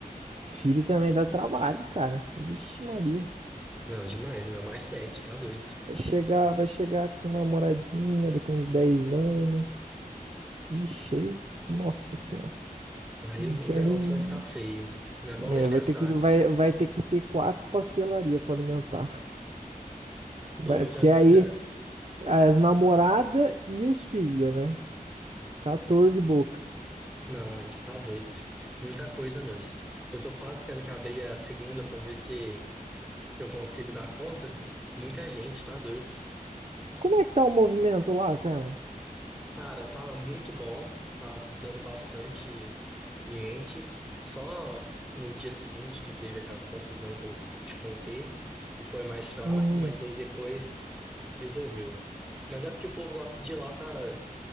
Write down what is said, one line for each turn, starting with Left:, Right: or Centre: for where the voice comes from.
Right: filho também dá trabalho, cara. Vixe, Maria.
Centre: Não, demais, ainda mais sete, tá doido.
Right: Vai chegar, vai chegar com namoradinha daqui a uns 10 anos. Ixi, aí, nossa senhora,
Centre: Aí
Right: não
Centre: o
Right: quero
Centre: negócio
Right: nem.
Centre: vai ficar feio. Não é bom
Right: né,
Centre: nem pensar.
Right: vai ter que, vai, vai ter que ter quatro pastelarias pra alimentar. Vai,
Centre: Ou
Right: porque
Centre: já,
Right: aí
Centre: já.
Right: as namoradas e os filhos, né? 14 boca.
Centre: Não, tá doido. Muita coisa mesmo. Eu tô quase tendo que abrir a segunda pra ver se, se eu consigo dar conta. Muita gente, tá doido.
Right: Como é que tá o movimento lá, cara?
Centre: Cara, tava muito bom, tava dando bastante cliente. Só no dia seguinte que teve aquela confusão que eu te contei, que foi mais fraco,
Right: Uhum.
Centre: mas aí depois resolveu. Mas é porque o povo gosta de ir lá pra